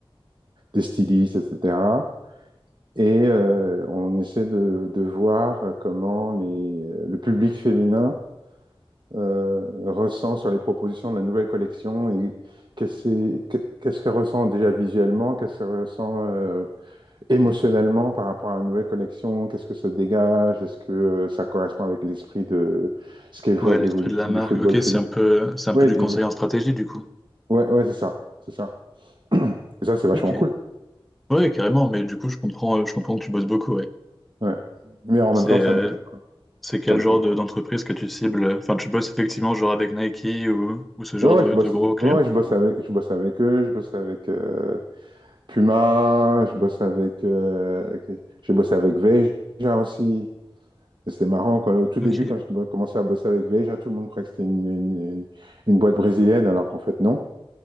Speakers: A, on the right; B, in the centre.
A: des stylistes, etc. Et euh, on essaie de, de voir euh, comment les, euh, le public féminin euh, ressent sur les propositions de la nouvelle collection et qu'est-ce que- qu'est-ce qu'elle ressent déjà visuellement, qu'est-ce qu'elle ressent euh, émotionnellement par rapport à la nouvelle collection, qu'est-ce que ça dégage, est-ce que euh, ça correspond avec l'esprit de ce qu'elle voit
B: Ouais,
A: de
B: l'esprit
A: l'évolution
B: de la marque.
A: du football
B: Ok,
A: féminin.
B: c'est un peu, c'est un
A: Oui,
B: peu du
A: de
B: conseil
A: l'évolution.
B: en stratégie, du coup.
A: Ouais, ouais, c'est ça, c'est ça. <clears throat> Et ça, c'est vachement
B: Ok.
A: cool.
B: Ouais, carrément, mais du coup, je comprends, euh, je comprends que tu bosses beaucoup, ouais.
A: Ouais. Mais en
B: C'est
A: même temps,
B: euh,
A: ça me plaît,
B: c'est quel
A: ça me
B: genre
A: plaît.
B: de- d'entreprise que tu cibles? Enfin, tu bosses effectivement genre avec Nike ou, ou ce genre
A: Ouais, ouais,
B: de,
A: je bosse,
B: de gros clients?
A: ouais, ouais, je bosse avec, je bosse avec eux, je bosse avec, euh, Puma, je bosse avec, euh, ok, j'ai bossé avec Veja aussi. Et C'était marrant, quand, au tout début,
B: Ok.
A: quand j'ai commencé à bosser avec Veja, tout le monde croyait que c'était une, une- une- une boîte brésilienne, alors qu'en fait, non.